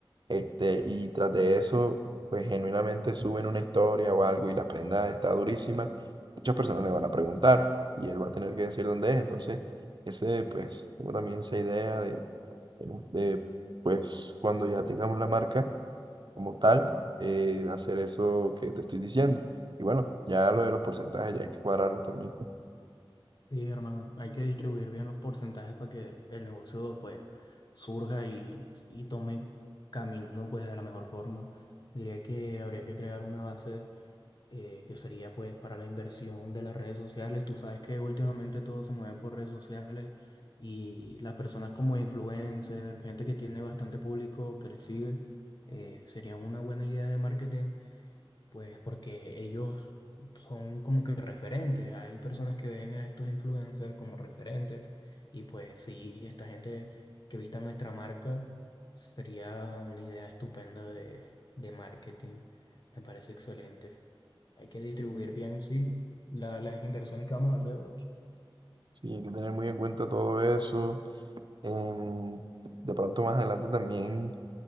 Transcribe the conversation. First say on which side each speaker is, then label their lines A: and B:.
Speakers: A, on the right; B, on the left.
A: este, y tras de eso, pues genuinamente suben una historia o algo y la prenda está durísima, muchas personas le van a preguntar y él va a tener que decir dónde es, entonces, ese, pues, tengo también esa idea de, en un- de, pues, cuando ya tengamos la marca como tal, eh, hacer eso que te estoy diciendo. Y bueno, ya lo de los porcentajes ya hay que cuadrarlos también.
B: Sí, hermano, hay que distribuir bien los porcentajes para que el negocio pues surja y, y tome camino pues de la mejor forma. Diría que habría que crear una base eh, que sería pues para la inversión de las redes sociales. Tú sabes que últimamente todo se mueve por redes sociales y las personas como influencers, gente que tiene bastante público que les sigue, eh, sería una buena idea de marketing Pues porque ellos son como que referentes. Hay personas que ven a estos influencers como referentes. Y pues sí, esta gente que vista nuestra marca sería una idea estupenda de, de marketing. Me parece excelente. Hay que distribuir bien, sí, la- las inversiones que vamos a hacer, bro.
A: Sí, hay que tener muy en cuenta todo eso. Em, de pronto más adelante también